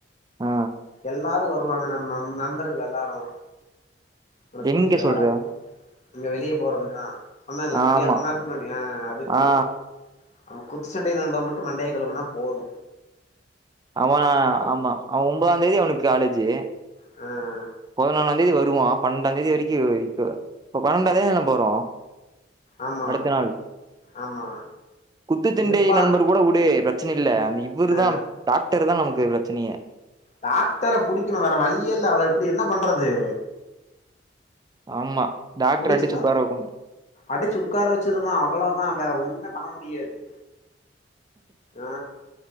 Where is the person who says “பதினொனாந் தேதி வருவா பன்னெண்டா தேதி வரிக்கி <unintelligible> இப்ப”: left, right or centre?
Right